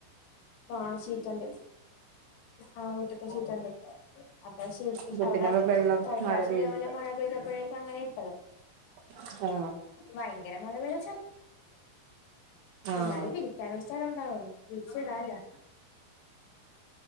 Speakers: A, on the left (about 80°); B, on the right (about 80°).
A: ആ ഷീറ്റുണ്ട് ആഹ മുറ്റത്തെ ഷീറ്റുണ്ട് <unintelligible> അപ്പൊ
B: അപ്പൊ
A: അവിടെ
B: പിന്നെ വെള്ളം
A: കഴിഞ്ഞ
B: മഴ
A: പ്രാവശ്യം
B: പെയ്യൂല
A: ഇതേപോലെ മഴ പെയ്തപ്പോഴ്ക്ക അങ്ങനെയാ ഇട്ടത്
B: <unintelligible>
A: ഭയങ്കര <unintelligible>
B: ആഹ്
A: എന്നാലും വിരിക്കാന <unintelligible> ഉണ്ടാവല്ലോ വിരിച്ചീടാല്ലോ